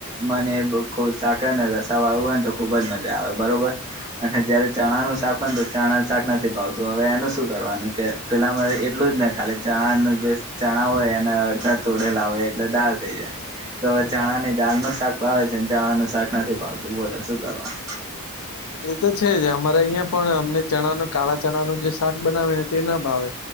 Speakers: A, on the right (about 15°); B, on the left (about 80°).
A: મને સાક ને રસા વાળું હોય ને તો ખુબ જ મજા આવે બરોબર. અને જયારે ચણાનું શાક હોય તો, ચણા શાક નથી ભાવતું હવે એનું શું કરવાનું કે. પેલા મરે એટલું જ ને ખાલી. ચણા નુ જે ચણા હોય એને અડધા તોડેલા હોય એટલે દાળ થઈ જાય. તો હવે ચણા ની દાલ નુ શાક ભાવે છે ચણા નુ શાક નથી ભાવતું બોલો શું કરવાનું.
B: એ તો છે જ અમારે અહીંયા પણ અમને ચણા નુ કાળા ચણા નુ જે શાક બનાવે ને તે ના ભાવે.